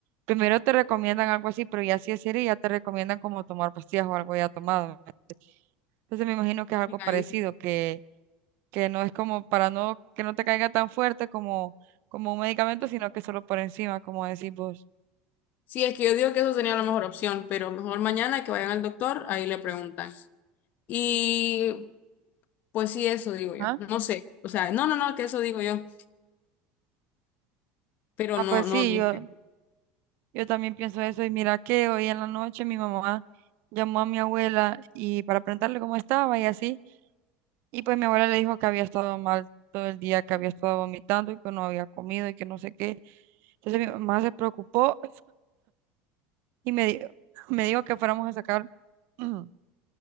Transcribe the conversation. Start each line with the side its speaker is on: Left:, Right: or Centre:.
Right: primero te recomiendan algo así, pero ya si es serio, ya te recomiendan como tomar pastillas o algo ya tomado. Entonces me imagino que es algo
Left: Sí,
Right: parecido,
Left: ahí sí.
Right: que, que no es como para no, que no te caiga tan fuerte como, como un medicamento, sino que solo por encima, como decís vos.
Left: Sí, es que yo digo que eso sería la mejor opción, pero mejor mañana que vayan al doctor, ahí le preguntan. Y pues sí, eso digo yo.
Right: Ajá.
Left: No sé, o sea, no, no, no, que eso digo yo, pero
Right: Ah,
Left: no,
Right: pues
Left: no,
Right: sí,
Left: no
Right: yo,
Left: sé.
Right: Yo también pienso eso y mira que hoy en la noche mi mamá llamó a mi abuela y para preguntarle cómo estaba y así, y pues mi abuela le dijo que había estado mal todo el día, que había estado vomitando y que no había comido y que no sé qué. Entonces mi mamá se preocupó y me dijo, <clears throat> me dijo que fuéramos a sacar, <clears throat> perdón,